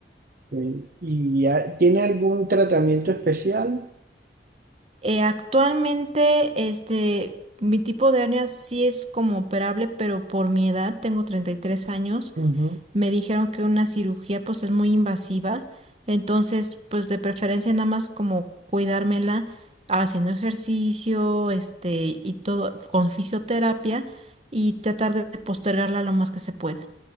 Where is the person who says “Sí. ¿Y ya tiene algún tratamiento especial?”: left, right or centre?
Right